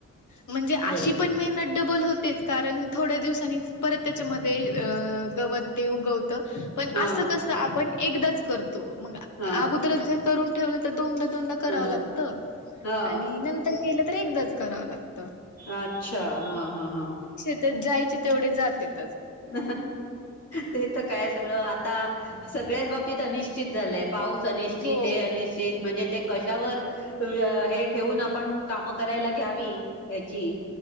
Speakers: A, on the left; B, on the left.
A: म्हणजे
B: बरं
A: अशी पण मेहनत डबल होतेच. कारण थोड्या दिवसांनी परत त्याच्यामध्ये अ गवत ते उगव त पण
B: हा
A: असं कस आपण एकदाच कर तो मग
B: हा
A: अगोदरच जर करून ठेवलं तर दोनदा, दोनदा करावं
B: हा
A: लागत
B: हा
A: आणि नंतर केलं तर एकदाच करावं लागत.
B: अच्छा हा हा हा.
A: ते जायचे तेवढे जातेत.
B: <inaudible> ते इथं काय सळं आता सगळ्याच बाबतीत अनिश्चित झालंय. पाऊस अनिश्चित
A: हो.
B: हे अनिश्चित म्हणजे. ते कशावर हे ठेवून आपण कामं करायला घ्यावी याची